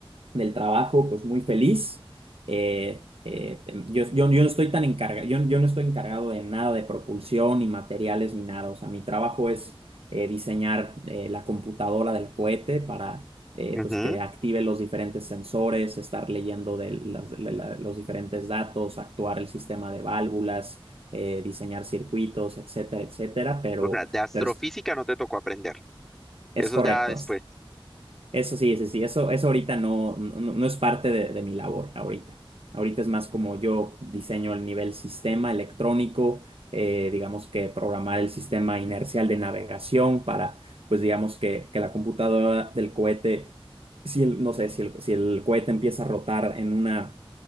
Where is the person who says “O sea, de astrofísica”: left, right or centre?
Centre